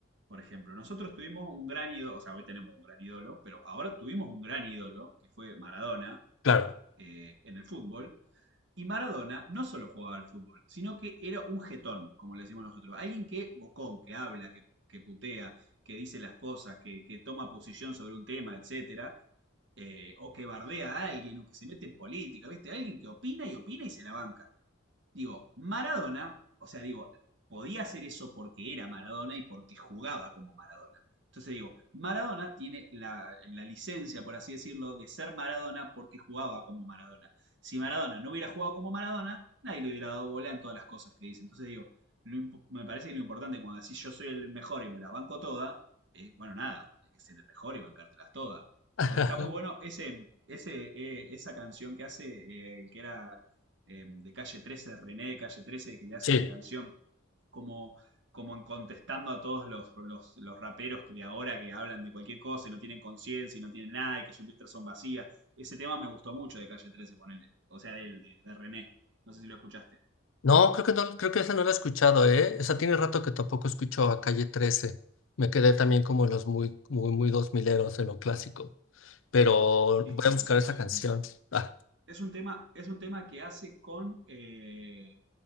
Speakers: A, on the right; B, on the left.
A: Por ejemplo, nosotros tuvimos un gran ídolo, o sea, hoy tenemos un gran ídolo, pero ahora tuvimos un gran ídolo, que fue Maradona,
B: claro.
A: eh, en el fútbol. Y Maradona no solo jugaba al fútbol, sino que era un jetón, como le decimos nosotros. Alguien que bocón, que habla, que, que putea, que dice las cosas, que, que toma posición sobre un tema, etcétera. eh, o que bardea a alguien, o que se mete en política, ¿viste? Alguien que opina y opina y se la banca. Digo, Maradona, o sea, digo, podía hacer eso porque era Maradona y porque jugaba como Maradona. Entonces digo, Maradona tiene la, la, licencia, por así decirlo, de ser Maradona porque jugaba como Maradona. Si Maradona no hubiera jugado como Maradona, nadie le hubiera dado bola en todas las cosas que dice. Entonces digo, lo, me parece que lo importante cuando decís yo soy el mejor y me la banco toda, eh, bueno, nada, tenés que ser el mejor y bancártelas todas.
B: <laughs>
A: Porque está muy bueno ese, ese, eh, esa canción que hace, eh, que era eh, de Calle 13, René de Calle 13, que le hace
B: Sí.
A: una canción como, como en contestando a todos los, los, los raperos que de ahora que hablan de cualquier cosa y no tienen conciencia y no tienen nada y que sus letras son vacías. Ese tema me gustó mucho de Calle 13, ponele. O sea, de él, de, de René. No sé si lo escuchaste.
B: No, creo que no, creo que esa no la he escuchado, ¿eh? Esa tiene rato que tampoco escucho a Calle Trece, Me quedé también como en los muy, muy, muy dos mileros en lo clásico. Pero
A: Sí,
B: voy a buscar
A: es
B: esa canción.
A: un,
B: Ah,
A: es un tema, es un tema que hace con... eh,